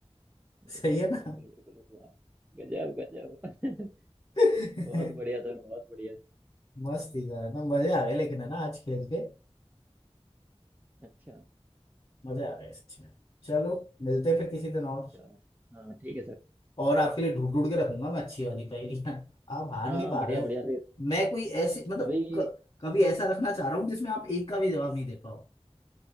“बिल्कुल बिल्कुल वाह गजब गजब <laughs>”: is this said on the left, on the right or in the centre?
Right